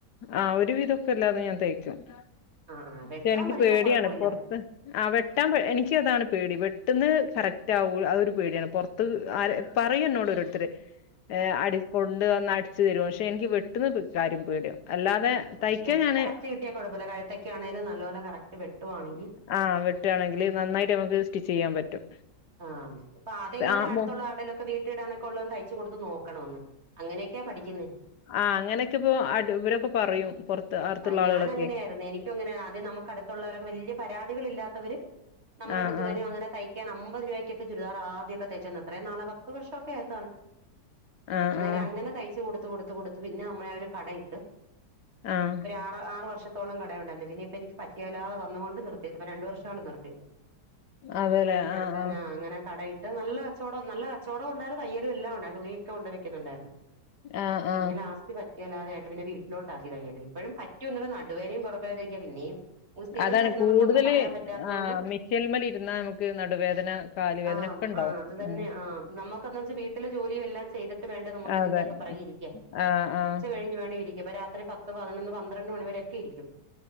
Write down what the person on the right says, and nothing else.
ആ ആ വെട്ടാൻ
പഠിച്ചാ
കുഴപ്പമില്ല
<inaudible>
ആഹ
വെട്ടി
കറക്റ്റ് കിട്ടിയൽ കുഴപ്പമ കഴുത്തക്കെ ആണേലും നല്ല പോലെ കറക്റ്റ് വെട്ടുവാണെങ്കിൽ
ആഹ് അപ്പൊ ആതംങ്ങനെ
അടുത്തുള്ള
ആടേിലൊക്കെ വീട്ടിടാനൊക്കെ ഉള്ളതന്ന് തയ്ച്ചു കൊടുത്ത് നോക്കണമന്ന് അങ്ങനെയൊക്കെയാ പഠിക്കുന്ന
ആഹ ഞാന
അങ്ങനെയ ആയിരുന്നു എനിക്ക് അങ്ങനെയദ്യം നമുക്ക അടുത്തുള്ളവര വലിയ പരാതികള ഇല്ലാത്തവര് നമ്മുടെ
അടുത്ത് വരും
അങ്ങെ തയ് അമ്പത് രൂപക്കെ ചുരിദർ ആദ്യംക്കെ തച്ചന്നത്ര നാളെത്ത് വർഷൊക്കെ ആയി
അന്നേരം
അങ്ങനെ തയ്ച്ച് കൊടുത്തത്ത് കൊടുത്ത് കൊടുത്ത് പിന്നെ നമ്മളെ ആഹ ഒരു കട ഇട്ട്
ആറ് ആറ് വർത്തോളം കടയണ്ടാരുന്ന പിന്നയിപ്പൊ എനി പറ്റിയയില്ലതെന്നുക കൊണ്ട് നിർത്തിയത് ഇപ്പ രണ്ടു വർഷോളോ നിർത്തിട്ടത്
വീടിന്റെ അടുത്തന്നാ
അങ്ങനെ കട നല്ല കച്ചടം നല്ല കച്ചവടവും ഉണ്ടായിരുന്നു തയ്യലും എല്ലാം ഉണ്ടായിരുന്നു തുണിയൊക്കെ കൊണ്ട് വെക്കുന്നുണ്ടായിരുന്നു
പിന്നെ
ലാസ്റ്റ് പറ്റില്ലാതെയിട്ട് പിന്നെ വീട്ടിലോട്ട് ആകിതയ്യലെ ഇപ്പോഴും പറ്റും ഒന്നല്ല നടുവേദനയും പുറവേദനക്കെയ പിന്നെയും സ്ഥിരം
തരുന്നവർക്ക്
ഒന്നും പറയാൻ പറ്റാത്തോണ്ട്
ആഹ്
ആഹ് അത് തന്നെ
ആഹ നമ്മുക്കന്താ വെച്ചാ വീട്ടിലെ ജോലിയും എല്ലാം ചെയ്തിട്ട് വേണ്ട നമുക്ക്
ഇതിന്റെയ ഒക്കെ പറകരിക്ക
ഉച്ചഴി വേണ ഇരിക്ക രാത്രി പത്ത് പതിനൊന്ന് പന്ത്രണ്ട് മണിവ വരൊക്കെ ഇരിക്കും